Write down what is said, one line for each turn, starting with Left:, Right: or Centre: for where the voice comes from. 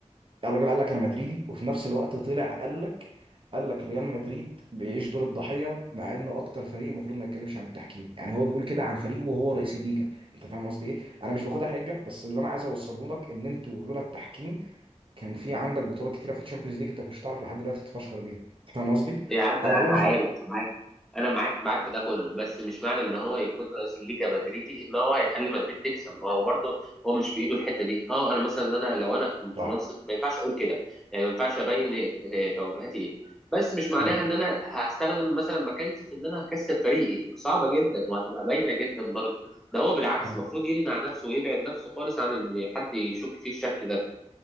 Right: الراجل قال لك انا مدريدي وفي نفس الوقت طلع قال لك قال لك ريال مدريد بيعيش دور الضحيه مع انه اكتر فريق المفروض ما يتكلمش عن التحكيم يعني هو بيقول كده عن فريقه وهو رئيس الليجا انت فاهم قصدي ايه انا مش باخدها حجه بس اللي انا عايز اوصله لك ان انتوا لولا التحكيم كان في عندك بطولات كتيره في الشامبيونز ليج انت كنتش تعرف لحد دلوقتي تتفشخر بيها انت فاهم قصدي
Centre: إيه يا عم
Right: انا والله
Centre: انا
Right: مش
Centre: عارف
Right: بقى
Centre: معاك انا معاك معاك في ده كله بس مش معنى ان هو يكون رئيس الليجا مدريدي ان هو هيخلي مدريد تكسب ما هو برضه هو مش في ايده الحته دي اه انا مثلا انا لو انا في
Right: صح
Centre: في منصب ما ينفعش اقول كده يعني ما ينفعش ابين إيه- توجهاتي ايه بس مش معناها
Right: مم.
Centre: ان انا هستخدم مثلا مكانتي في ان انا هكسب فريقي صعبه جدا وهتبقى باينه جدا برضه ده هو بالعكس
Right: مم.
Centre: المفروض يمنع نفسه ويبعد نفسه خالص عن ان حد يشك فيه الشك ده